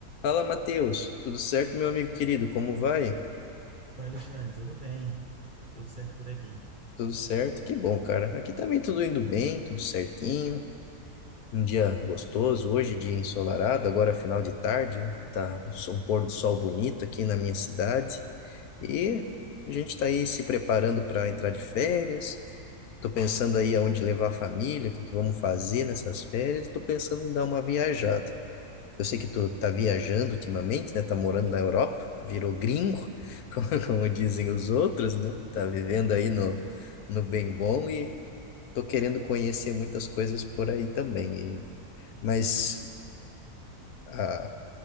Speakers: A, on the left; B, on the right.
A: Fala, Matheus. Tudo certo, meu amigo querido? Como vai?
B: Oi, Alexandre, tudo bem? Tudo certo por aqui?
A: Tudo certo? Que bom, cara. Aqui também tudo indo bem, tudo certinho. Um dia gostoso hoje, dia ensolarado, agora final de tarde. Tá o sol- um pôr do sol bonito aqui na minha cidade. E a gente tá aí se preparando para entrar de férias. Tô pensando aí aonde levar a família, o que que vamos fazer nessas férias. E tô pensando em dar uma viajada. Eu sei que tu tá viajando ultimamente, né? Tá morando na Europa, virou gringo, <laughs> como, como dizem os outros, né? Tá vivendo aí no, no bem bom e tô querendo conhecer muitas coisas por aí também. E, mas ah,